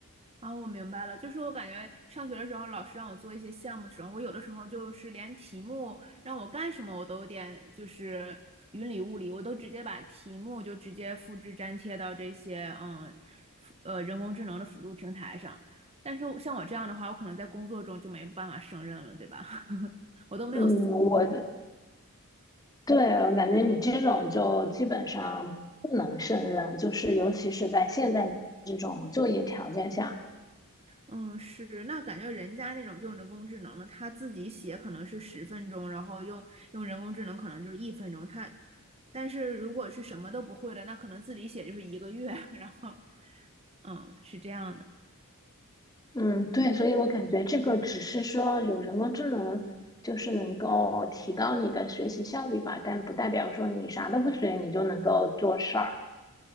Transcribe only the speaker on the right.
啊，我明白了，就是我感觉上学的时候，老师让我做一些项目的时候，我有的时候就是连题目让我干什么，我都有点就是云里雾里，我都直接把题目就直接复制粘贴到这些嗯，辅呃人工智能的辅助平台上。但是像我这样的话，我可能在工作中就没办法胜任了，对吧？<laughs> 我都没有思
嗯，是，那感觉人家那种用人工智能的，他自己写可能是十分钟，然后用用人工智能可能就是一分钟。他，但是如果是什么都不会的，那可能自己写就是一个月。<laughs> 然后，嗯，是这样的。